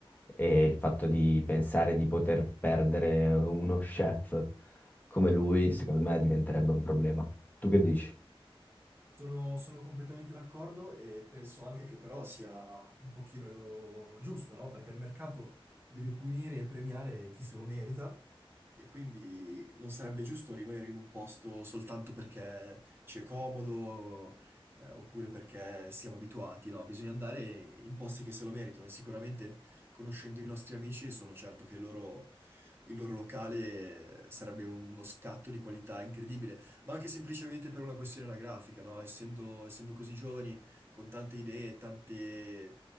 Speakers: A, on the left; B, on the right.
A: e il fatto di pensare di poter perdere uno chef come lui secondo me diventerebbe un problema. Tu che dici?
B: Sono, sono completamente d'accordo e penso anche che però sia un pochino lo giusto, no? Perché il mercato deve punire e premiare chi se lo merita e quindi non sarebbe giusto rimanere in un posto soltanto perché ci è comodo, eh, oppure perché siamo abituati, no? Bisogna andare in posti che se lo meritano e sicuramente conoscendo i nostri amici sono certo che il loro il loro locale sarebbe uno scatto di qualità incredibile. Ma anche semplicemente per una questione anagrafica, no? Essendo, essendo così giovani, con tante idee, tante...